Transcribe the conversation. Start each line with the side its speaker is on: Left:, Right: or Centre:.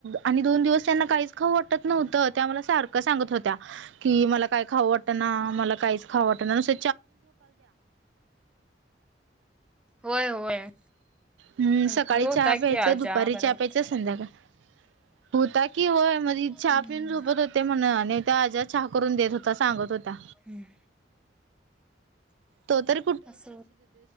Right: आणि दोन दिवस त्यांना काहीच खाऊ वाटत नव्हतं त्या मला सारखं सांगत होत्या. की मला काय खावं वाटणा मला काहीच खावं वाटणा नुसत
Centre: होय होय!
Right: हम्म
Centre: ह्यो
Right: सकाळी
Centre: होता
Right: चहा प्यायचं
Centre: की आजा
Right: दुपारी
Centre: घरात.
Right: चहा प्यायचं संध्याकाळ होता की होय मध्ये चहा
Centre: हम्म
Right: पिऊन झोपत होते म्हण आणि त्या आज्या चहा करून देत होता सांगत होत्या.
Centre: हम्म!
Right: तो तर
Centre: आस